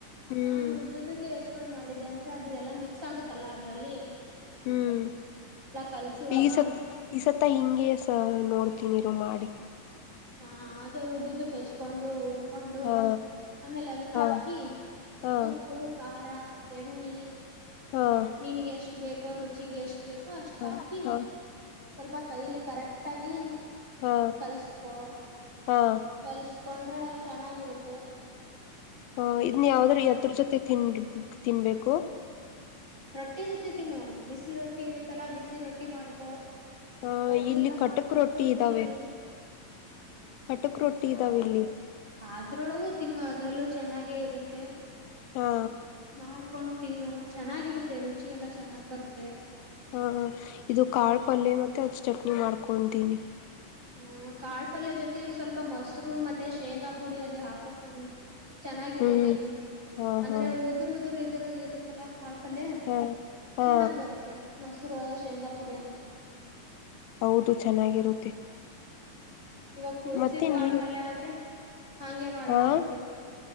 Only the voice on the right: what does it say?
ನಾನ್ ಉದ್ದದಕ್ಕೆ ಹೆ <unintelligible> ಕೊಂಡ್ ಮಾಡಿದ್ದೆ ಅಂದ್ರೆ ಅದು ಎಲ್ಲಾ ಮಿಕ್ಸ್ ಆಗುತ್ತಲ್ಲ ಅದ್ರರಲ್ಲಿ.
ಕಲ್ಸುವಾಗ
ಹಾ ಅದ ಹೆಚ್ಕೊಂಡು
ಆಮೇಲೆ ಅದಕ್
ಹಾಕಿ
ಉಪ್ಪು ಖಾರ ಎಣ್ಣೆ
ನಿನಗೆ ಎಷ್ಟು ಬೇಕೋ ರುಚಿಗೆ ಎಷ್ಟ. ಅಷ್ಟ ಬೇಕು ಅಷ್ಟು
ಹಾಕಿ
ಸ್ವಲ್ಪ ಕೈಲಿ ಕರೆಕ್ಟಾಗಿ.
ಕಲ್ಸ್ಕೋ
ಕಲ್ಸ್ಕೊಂಡ್ರೆ. ಚೆನ್ನಾಗಿರುತ್ತೆ.
ಚೆನ್ನಾಗಿ
ರೊಟಿ ಜೊತೆ ತಿನ್ನು ಬಿಸಿ ರೊಟ್ಟ್. ರೊಟ್ಟಿ ಇರುತ್ತಲ್ಲ ಬಿಸಿ ರೊಟ್ಟಿ ಮಾಡ್ಕೊ
ರೊಟ್ಟಿ
ಎಲ್ಲ
ಮಾಡ್ಕೊಂಡು
ತಿನ್ನು. <inaudible>
ಅದ್ರೊಳಗೂ ತಿನ್ನು ಅದ್ರಲ್ಲೂ ಚೆನ್ನಾಗೆ ಇರುತ್ತೆ
ನೋಡ್ <unintelligible> ಕೊಂಡ್ ತಿನ್ನು ಚೆನ್ನಾಗಿರುತ್ತೆ ರುಚಿ ಎಲ್ಲ ಚೆನ್ನಾಗ್ ಬರುತ್ತೆ.
ಹ್ಮ ಕಾಳ ಪಲ್ಯ ಜೊತೆ ಸ್ವಲ್ಪ ಮೊಸರು ಮತ್ತೆ ಶೇಂಗಾ ಪುಡಿ ಅದ ಹಾಕೊಡ್ತನ. ಚೆನ್ನಾಗಿರುತ್ತೆ
ನು
ಅಂದ್ರೆ
ಉದುರ್ ಉದುರ್ ಇದ್ರ ಇರುತ್ತಲ್ಲಾ. ಪ್ಪಲೆ
ಚೆನ್ನಾಗಿ ಬರುತ್ತೆ ಮೊಸರು ಶೇಂಗಾ ಪುಡಿ ಅಂದ್ರೆ.
ಹ್ಮ್
ಕಾಳ
ಪಲ್ಯ ಆದ್ರೆ ಹಂಗೆ ಮಾಡಕ್
ಬರ್ತಿತ್ತು